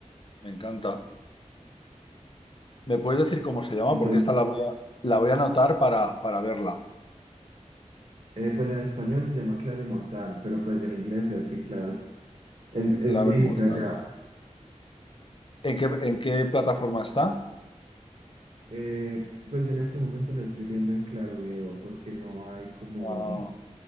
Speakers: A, on the left; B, on the right.
A: me encanta. ¿Me puedes decir cómo se llama?
B: Entonces,
A: Porque esta la voy a, la voy a anotar para, para verla.
B: eh, pues en español se llama Clase Mortal, pero pues en inglés Deadly Class. Es,
A: Clave
B: es viejita
A: Mortal.
B: ya.
A: ¿En qué, en qué plataforma está?
B: Eh, pues yo en este momento la estoy viendo en Claro Video porque no hay como
A: Ah,